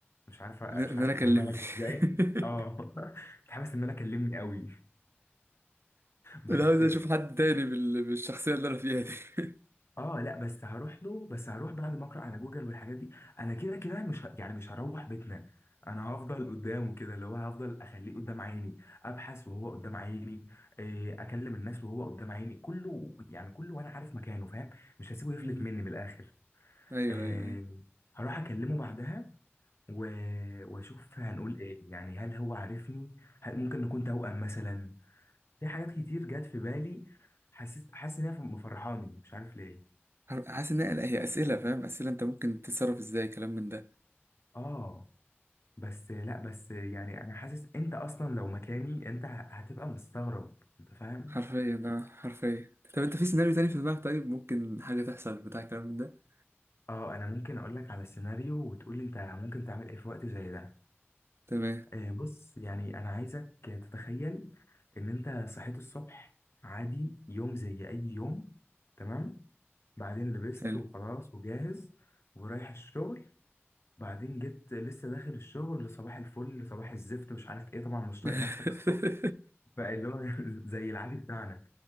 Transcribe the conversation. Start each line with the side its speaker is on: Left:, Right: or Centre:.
Left: مش عارف مش
Right: ان إن
Left: عارف
Right: انا كلمني
Left: افهمها لك ازاي
Right: <laughs>
Left: اه <laughs> متحمس ان انا اكلمني قوي بس
Right: انا عاوز اشوف حد تاني بال- بالشخصيه اللي انا فيها دي
Left: اه لا بس هروح له بس هروح بعد ما اقرا على جوجل والحاجات دي انا كده كده مش ه... يعني مش هروح بيتنا انا هفضل قدامه كده اللي هو هفضل اخليه قدام عيني ابحث وهو قدام عيني إيه اكلم الناس وهو قدام عيني كله يعني كله وانا عارف مكانه فاهم مش هسيبه يفلت
Right: مم.
Left: مني من الاخر
Right: ايوه
Left: إيه
Right: ايوه ايوه
Left: هروح اكلمه بعدها و... واشوف هنقول ايه يعني هل هو عارفني هل ممكن نكون توأم مثلا في حاجات كتير جت في بالي حسيت حاسس انها مفرحاني مش عارف ليه
Right: حاسس ان هي هي اسئله فاهم اسئله انت ممكن تتصرف ازاي كلام من ده
Left: اه بس لا بس يعني انا حاسس انت اصلا لو مكاني انت هتبقى مستغرب انت فاهم
Right: حرفيا اه حرفيا طب انت في سيناريو تاني في دماغك طيب ممكن حاجه تحصل بتاع كلام من ده
Left: اه انا ممكن اقول لك على سيناريو وتقول لي انت ممكن تعمل ايه في وقت زي ده
Right: تمام
Left: آه، بص يعني انا عايزك تتخيل ان انت صحيت الصبح عادي يوم زي اي يوم تمام بعدين لبست
Right: حلو
Left: وخلاص وجاهز ورايح الشغل بعدين جيت لسه داخل الشغل صباح الفل صباح الزفت مش عارف ايه طبعا مش
Right: <laughs>
Left: طايق نفسك الصبح بقى اللي هو <laughs> زي العادي بتاعنا